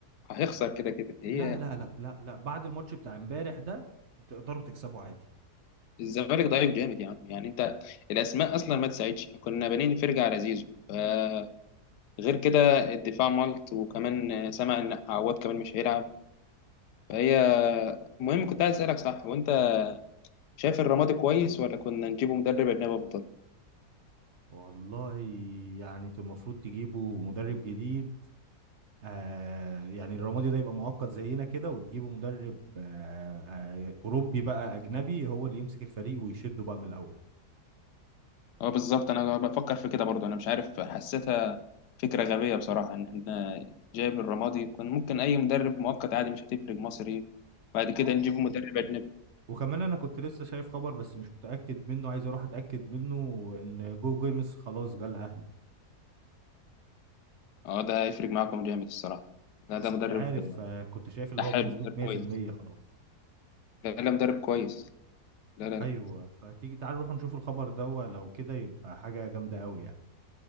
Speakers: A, on the left; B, on the right.
A: هيخسر كده كده هي
B: لا لا لا لا لا بعد الماتش بتاع امبارح ده تقدروا تكسبوا عادي
A: الزمالك ضعيف جامد يا عم يعني انت الاسماء اصلا ما تساعدش كنا بانين فرجه على زيزو فغير كده الدفاع ملط وكمان سمع ان عواد كمان مش هيلعب فهي المهم كنت عايز اسالك صح وانت شايف الرمادي كويس ولا كنا نجيبه مدرب اجنبي افضل
B: والله يعني انتوا المفروض تجيبوا مدرب جديد آه يعني الرمادي ده يبقى مؤقت زينا كده وتجيبوا مدرب آه آه أوروبي بقى أجنبي هو اللي يمسك الفريق ويشده بقى من الأول
A: اه بالظبط انا بفكر في كده برضه انا مش عارف حسيتها فكره غبيه بصراحه ان احنا جايب الرمادي كان ممكن اي مدرب مؤقت عادي مش هتفرق مصري بعد كده
B: اه
A: نجيب مدرب اجنبي
B: وكمان أنا كنت لسه شايف خبر بس مش متأكد منه عايز أروح أتأكد منه إن جو جيمس خلاص جه الأهلي
A: اه ده هيفرق معاكم جامد الصراحه لا
B: بس
A: ده مدرب
B: مش عارف آه كنت شايف اللي
A: لا حلو
B: هو بنسبة
A: مدرب
B: 100%
A: كويس
B: خلاص
A: لا لا مدرب كويس لا لا لا
B: أيوه فتيجي تعال نروح نشوف الخبر ده لو كده يبقى حاجة جامدة أوي يعني